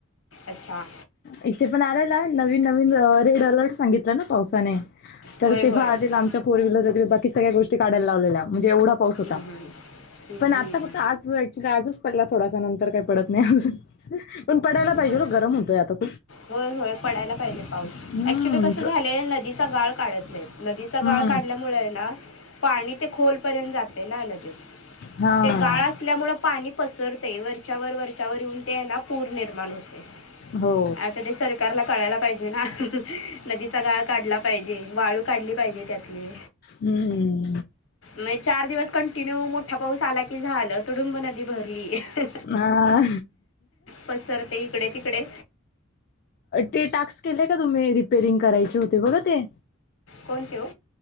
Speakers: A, on the left; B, on the left.
A: अच्छा
B: इथे पण आलना नवीन नवीन रेड अलर्ट सांगितला ना पावसाने. तर
A: होय
B: तेव्हा
A: होय हम्म,
B: आधी लांबच्या फोर व्हीलर बाकी सगळ्या गोष्टी काढायला लावलेल्या म्हणजे एवढा पाऊस होता.
A: हम्म, हम्म,
B: पण आता
A: हम्म.
B: फक्त आज ऍक्च्युली आजच पडला थोडासा नंतर काही पडत नाही अजून. पण पडयला
A: होय
B: पाहिजे हो गरम होतय आता खूप.
A: होय होय पडायला पाहिले पाऊस,
B: हम्म,
A: ऍक्च्युली कस
B: प-
A: झालय नदीचा गाळ काढत नाहीत. नदीचा
B: हम्म,
A: गाळ काढल्यामुळय ना पाणी ते खोल पर्यंत जातय ना नदीत.
B: हा
A: ते गाळ असल्यामुळ पाणी पसरतय वरच्यावर वरच्यावर येऊन ते हायना पूर निर्माण होतो
B: हो
A: आता ते सरकारला कळायला पाहिजे ना, नदीचा गाळ काढला पाहिजे. वाळू काढली पाहिजे त्यातली.
B: हम्म
A: मग चार दिवस कंटिन्यू मोठा पाऊस आला की झाल तुडुंब नदी भरलीये.
B: हा.
A: पसरते इकडे तिकडे.
B: ते टास्क केले का तुम्ही रिपेरिंग करायचे होते बघ ते.
A: कोणते हो